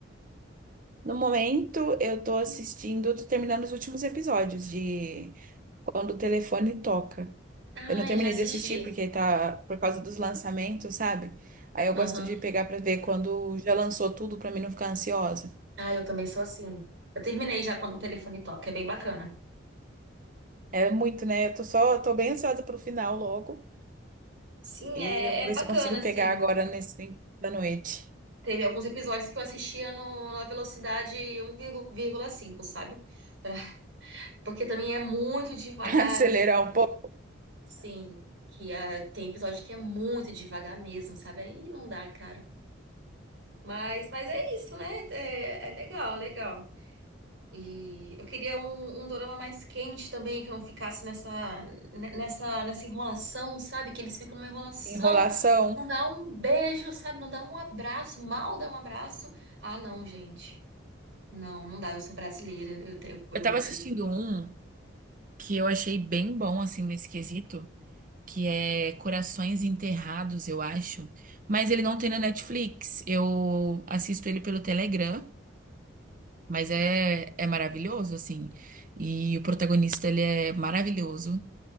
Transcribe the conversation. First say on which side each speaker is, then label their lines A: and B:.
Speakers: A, on the right; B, on the right.
A: No momento, eu tô assistindo, tô terminando os últimos episódios de Quando o Telefone Toca.
B: Ai,
A: Eu não terminei
B: já assisti.
A: de assistir porque tá por causa dos lançamentos, sabe? Aí eu
B: Aham.
A: gosto de pegar pra ver quando já lançou tudo pra mim não ficar ansiosa.
B: Ah, eu também sou assim. Eu terminei já quando o telefone toca, é bem bacana.
A: É muito, né? Eu tô só, tô bem ansiosa pro final logo.
B: Sim,
A: E
B: é,
A: eu vou
B: é
A: ver
B: bacana,
A: se eu consigo
B: assim.
A: pegar agora nesse tempo da noite.
B: Teve alguns episódios que eu assistia no, na velocidade 1,5, sabe? Pra- porque também é muito devagar,
A: <laughs> Acelerar um pouco.
B: assim. Que ah, tem episódio que é muito devagar mesmo, sabe? Aí não dá, cara. Mas, mas é isso, né? É, é legal, legal. E eu queria um, um dorama mais quente também, que não ficasse nessa, ne- nessa, nessa enrolação, sabe? Que eles ficam numa enrolação,
A: Enrolação.
B: não dá um beijo, sabe? Não dá um abraço, mal dá um abraço. Ah, não, gente. Não, não dá, eu sou brasileira. Eu, te- eu, eu-
A: Eu tava assistindo um que eu achei bem bom, assim, nesse quesito, que é Corações Enterrados, eu acho. Mas ele não tem na Netflix. Eu assisto ele pelo Telegram, mas é, é maravilhoso, assim. E o protagonista, ele é maravilhoso.